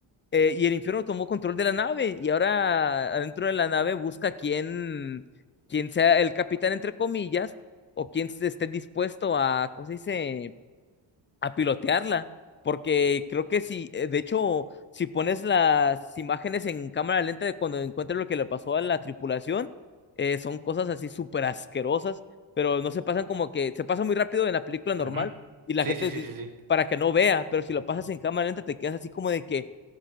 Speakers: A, on the left; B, on the right.
A: eh, y el infierno tomó control de la nave, y ahora adentro de la nave busca quién, quién sea el capitán, entre comillas, o quién se esté dispuesto a, ¿cómo se dice? a pilotearla, porque creo que si, eh, de hecho, si pones las imágenes en cámara lenta de cuando encuentras lo que le pasó a la tripulación, eh, son cosas así súper asquerosas, pero no se pasan como que, se pasa muy rápido en la película normal
B: Ujú.
A: y la
B: Sí,
A: gente
B: sí, sí,
A: di-
B: sí, sí.
A: para que no vea, pero si lo pasas en cámara lenta te quedas así como de que,